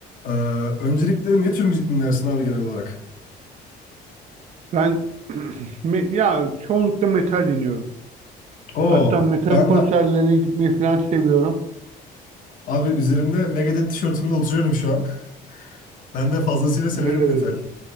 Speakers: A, on the left; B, on the right.
A: Ee, öncelikle ne tür müzik dinlersin abi genel olarak?
B: Ben <clears throat> me- ya çoğunlukla metal dinliyorum.
A: Oo,
B: Hatta metal
A: ben
B: konserlerine
A: de
B: gitmeyi falan seviyorum.
A: abi üzerimde Megadeth tişörtümle oturuyorum şu an. <laughs> Ben de fazlasıyla severim
B: Megadeth.
A: metal.